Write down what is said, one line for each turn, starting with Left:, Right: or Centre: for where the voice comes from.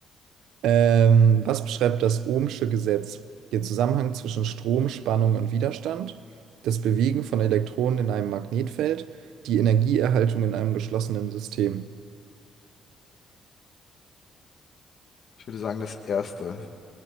Right: Ähm, was beschreibt das Ohmsche Gesetz? Den Zusammenhang zwischen Strom, Spannung und Widerstand, das Bewegen von Elektronen in einem Magnetfeld, die Energieerhaltung in einem geschlossenen System.
Left: Ich würde sagen, das erste.